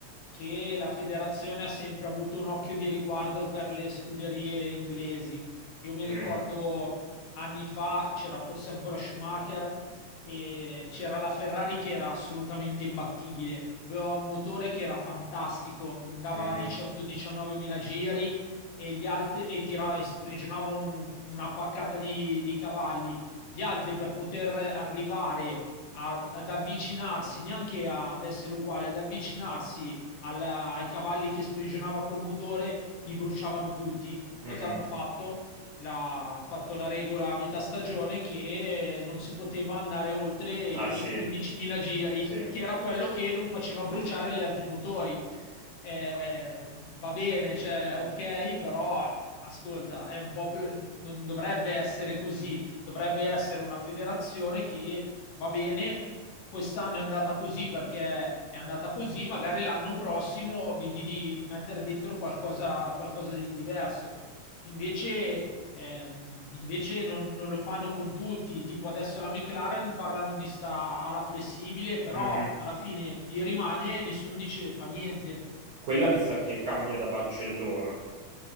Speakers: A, on the left (about 80°); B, on the right (about 90°).
A: che la federazione ha sempre avuto un occhio di riguardo per le scuderie inglesi. Io mi
B: Mm,
A: ricordo anni fa c'era forse ancora Schumacher e c'era la Ferrari che era assolutamente imbattibile, aveva un motore che era fantastico, andava
B: mhm,
A: a 18-19 mila giri e, gli altri, e, tirava, e sprigionava un- una paccata di, di cavalli. Gli altri per poter arrivare a- ad avvicinarsi, neanche ad essere uguali, ad avvicinarsi alla- ai cavalli che sprigionava col motore, li bruciavano tutti.
B: mhm.
A: Cosa hanno fatto? la, hanno fatto la regola a metà stagione che non si poteva andare oltre i
B: Ah sì,
A: 15.000 giri,
B: sì.
A: che era quello che non faceva bruciare gli altri motori. Eh, va bene, cioè, ok, però ascolta, è un po' più, non dovrebbe essere così, dovrebbe essere una federazione che va bene, quest'anno è andata così perché è andata così, magari l'anno prossimo vedi di mettere dentro qualcosa, qualcosa di diverso. Invece, ehm, invece non, non lo fanno con tutti, tipo adesso la McLaren parlano di sta ala flessibile, però
B: mhm.
A: alla fine gli rimane e nessuno dice fa niente.
B: Quella mi sa che cambia da Barcellona.